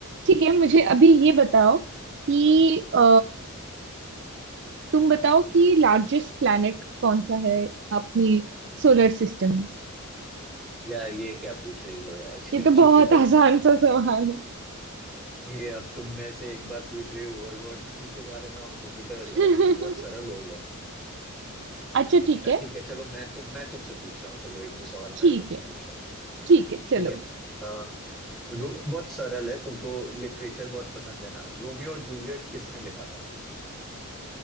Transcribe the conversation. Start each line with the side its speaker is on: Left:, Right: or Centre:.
Right: ठीक है मुझे अभी ये बताओ कि अ, तुम बताओ कि लार्जेस्ट प्लैनेट कौन सा है अपनी सोलर सिस्टम में
Centre: यार ये क्या पूछ रही हो यार <laughs>
Right: ये
Centre: जुपिटर
Right: तो बहुत आसान सा सवाल
Centre: ये अब तुम में से एक बार पूछ रही हो वर्ल्ड वॉर टू के बारे में और जुपिटर यार
Right: है
Centre: ये तो बहुत सरल
Right: <laughs>
Centre: हो गया
Right: अच्छा
Centre: अच्छा
Right: ठीक है
Centre: ठीक है चलो मैं तुम मैं तुमसे पूछ रहा हूँ चलो एक दो सवाल
Right: ठीक
Centre: मैं तुमसे
Right: है
Centre: पूछता हूँ
Right: ठीक है चलो
Centre: ठीक है आ, रो, बहुत सरल है तुमको लिटरेचर बहुत पसंद है ना रोमियो और जूलियट किसने लिखा था